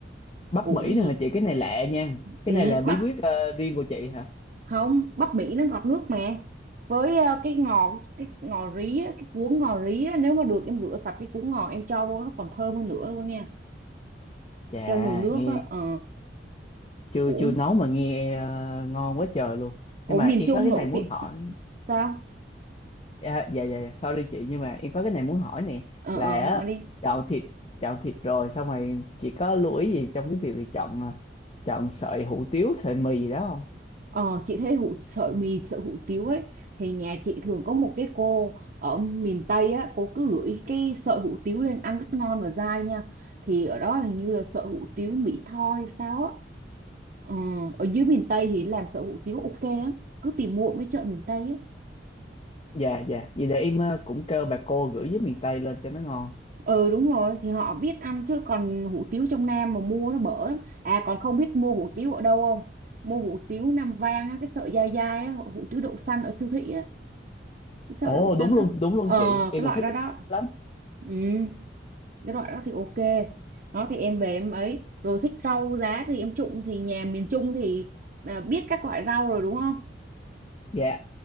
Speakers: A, on the left; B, on the right.
A: bắp
B: ủa
A: Mỹ
B: cái
A: nữa
B: gì?
A: hả chị cái này lạ nha Cái
B: Ừ,
A: này là bí
B: bắp
A: quyết ờ, riêng của chị hả
B: không, bắp Mỹ nó ngọt nước mà. Với ờ, cái ngò cái ngò rí á, cái cuốn ngò rí á, nếu mà được em rửa sạch cái cuốn ngò em cho vô nó còn thơm hơn nữa luôn nha.
A: Chà
B: Cho nồi nước
A: nghe
B: á, ờ,
A: chưa
B: ủa
A: chưa nấu mà nghe ờ, ngon quá trời luôn
B: Ủa
A: Nhưng mà
B: miền
A: em
B: Trung
A: có cái
B: nổi
A: này muốn
B: tiếng
A: hỏi
B: sao
A: À, dạ dạ dạ, sorry chị nhưng mà em có cái này muốn hỏi nè
B: ờ
A: là
B: ờ nói
A: á,
B: đi
A: chọn thịt chọn thịt rồi xong rồi chị có lưu ý gì trong cái việc là chọn à, chọn sợi hủ tiếu sợi mì gì đó không?
B: ờ chị thấy hủ sợi mì sợi hủ tiếu ấy thì nhà chị thường có một cái cô ở miền Tây á cô cứ gửi cái sợi hủ tiếu lên ăn rất ngon và dai nha thì ở đó hình như là sợi hủ tiếu Mỹ Tho hay sao á ừ, ở dưới miền Tây thì làm sợi hủ tiếu ok lắm cứ tìm mua ở mấy chợ miền Tây á
A: Dạ dạ vậy để em à, cũng kêu bà cô gửi với miền Tây lên cho nó ngon.
B: ừ đúng rồi thì họ biết ăn chứ còn hủ tiếu trong Nam mà mua nó bở lắm à còn không biết mua hủ tiếu ở đâu không mua hủ tiếu Nam Vang á cái sợi dai dai á hủ tiếu đậu xanh ở siêu thị á sợ
A: Ồ
B: đậu xanh
A: đúng luôn
B: á
A: đúng luôn
B: ờ
A: chị em
B: cái loại
A: cũng thích
B: đó
A: cái
B: đó
A: lắm.
B: ừ cái loại đó thì ok nó thì em về em ấy rồi thích rau giá thì em trụng thì nhà miền Trung thì à, biết các loại rau rồi đúng không
A: Dạ